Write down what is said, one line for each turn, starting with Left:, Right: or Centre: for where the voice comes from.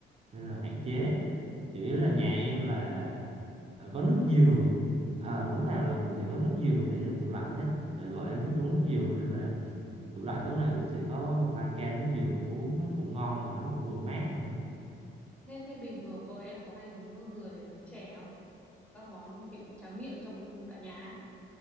Right: nên là hạn chế
Centre: Ủa,
Right: chủ yếu là nhà em là ờ, có nước dừa à, lúc nào là cũng sẽ có nước dừa để trong tủ lạnh hết tại vợ em thích uống nước dừa nên là tủ lạnh lúc nào cũng sẽ có một hai can nước dừa uống nó cũng ngon mà nó cũng vừa mát nữa
Centre: thế thế bình thường vợ em có hay dùng nước dừa để nấu chè không? Các món kiểu tráng miệng cho cả nhà. ấy.